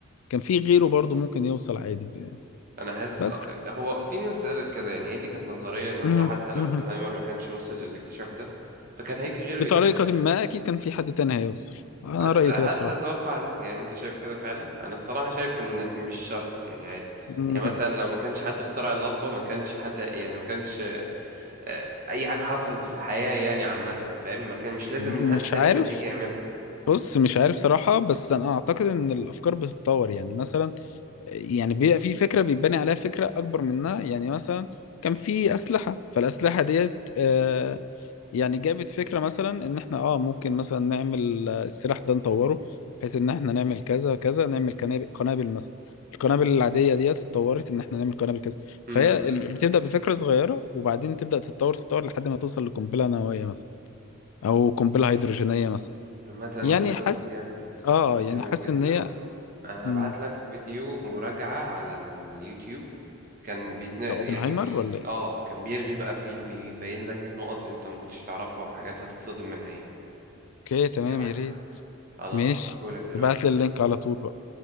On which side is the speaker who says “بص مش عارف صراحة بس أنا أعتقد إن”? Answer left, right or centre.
Left